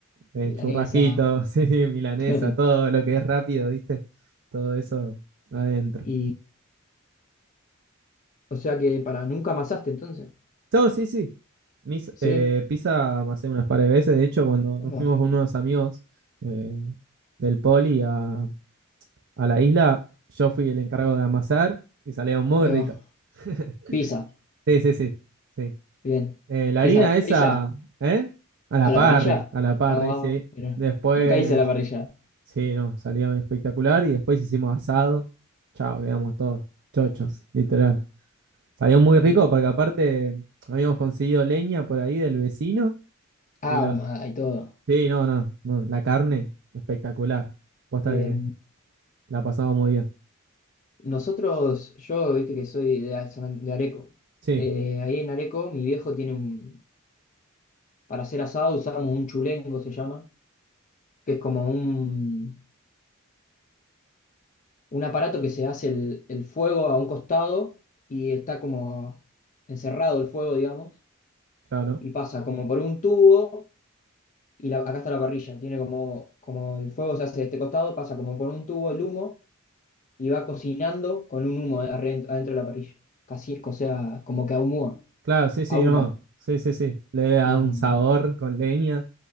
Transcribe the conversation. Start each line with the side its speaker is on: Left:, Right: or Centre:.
Right: eh,
Left: Milanesa.
Right: churrasquito, <laughs> sí, milanesa,
Left: <laughs>
Right: todo lo que es rápido, ¿viste? Todo eso adentro.
Left: Y, o sea que para nunca amasaste entonces.
Right: No, sí, sí. Mis,
Left: Sí,
Right: eh, pizza me hace unas par de veces, de hecho cuando
Left: ahí
Right: nos
Left: va,
Right: fuimos con unos amigos eh, del poli a, a la isla, yo fui el encargo de amasar y salieron muy
Left: ahí
Right: ricas.
Left: va.
Right: <laughs>
Left: Pizza,
Right: Sí, sí, sí, sí.
Left: bien.
Right: Eh, la
Left: Pizza
Right: harina
Left: a la parrilla.
Right: esa, ¿eh? A la
Left: ¿A la
Right: parry,
Left: parrilla?
Right: a la parry,
Left: Ah,
Right: sí.
Left: mira.
Right: Después,
Left: Nunca hice la parrilla.
Right: sí, no, salió espectacular y después hicimos asado. Chao, quedamos todos chochos, literal. Salió muy
Left: Tremendo.
Right: rico porque aparte habíamos conseguido leña por ahí del vecino
Left: Ah,
Right: y la...
Left: ahumada y todo.
Right: Sí, no, no, no, la carne, espectacular. Posta
Left: Eh,
Right: que la pasamos muy bien.
Left: Nosotros, yo viste que soy de, San- An- de Areco.
Right: Sí,
Left: Eh, ahí en Areco, mi viejo tiene un. Para hacer asado usamos un chulengo, se llama, que es como un, un aparato que se hace el, el fuego a un costado y está como encerrado el fuego, digamos,
Right: claro. ¿no?
Left: y pasa como por un tubo y la- acá está la parrilla. Tiene como, como el fuego se hace de este costado, pasa como por un tubo el humo y va cocinando con un humo adren- adentro, de la parrilla. Casi, o sea, como que ahumó,
Right: Claro, sí, sí,
Left: ahuma.
Right: no. Sí, sí, sí. Le da
Left: Em,
Right: un sabor con leña.